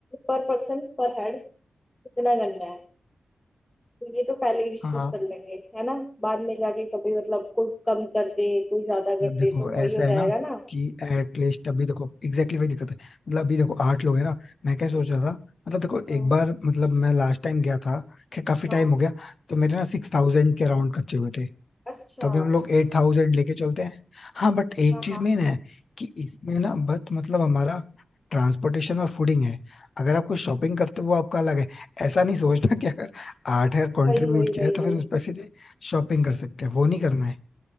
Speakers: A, on the left; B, on the left.
A: पर पर्सन पर हेड इतना करना है तो ये तो पहले डिस्कस
B: हाँ
A: कर लेंगे है ना बाद में जाके कभी मतलब कोई कम कर दे कोई ज्यादा कर
B: अब देखो
A: दे तो
B: ऐसा
A: वही हो
B: है
A: जाएगा
B: ना
A: ना
B: कि एटलीस्ट अभी देखो एग्जैक्टली exactly वही दिक्कत है मतलब अभी देखो
A: हाँ
B: आठ लोग है ना मैं क्या सोच रहा था मतलब देखो
A: हाँ
B: एक बार मतलब मैं लास्ट टाइम गया था खैर काफी
A: हाँ,
B: टाइम हो गया तो मेरे ना सिक्स थाउजेंड के अराउंड खर्चे हुए थे
A: अच्छा
B: तो अभी हम लोग एट थाउजेंड लेके चलते हैं हाँ बट एक
A: हाँ
B: चीज
A: हाँ हाँ
B: मेन है कि इसमें ना बस मतलब हमारा ट्रांसपोर्टेशन और फूडिंग है अगर आप कुछ शॉपिंग करते हो वो आपका अलग है ऐसा नहीं सोचना कि अगर आठ हजार कंट्रीब्यूट
A: वही वही
B: किया
A: वही
B: है तो
A: वही
B: फिर उस पैसे से शॉपिंग कर सकते हैं वो नहीं करना है